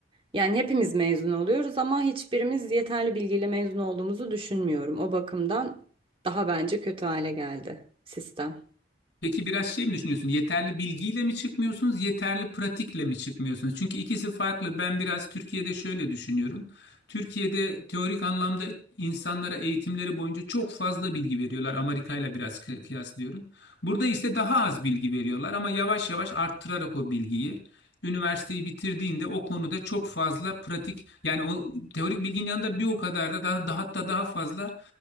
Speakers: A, on the right; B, on the left.
A: Yani hepimiz mezun oluyoruz ama hiçbirimiz yeterli bilgiyle mezun olduğumuzu düşünmüyorum. O bakımdan daha bence kötü hale geldi sistem.
B: Peki biraz şey mi düşünüyorsun? Yeterli bilgiyle mi çıkmıyorsunuz, yeterli pratikle mi çıkmıyorsunuz? Çünkü ikisi farklı. Ben biraz Türkiye'de şöyle düşünüyorum. Türkiye'de teorik anlamda insanlara eğitimleri boyunca çok fazla bilgi veriyorlar. Amerika ile biraz kı- kıyaslıyorum. Burada ise daha az bilgi veriyorlar ama yavaş yavaş arttırarak o bilgiyi. Üniversiteyi bitirdiğinde o konuda çok fazla pratik yani o teorik bilginin yanında bir o kadar da daha, daha hatta daha fazla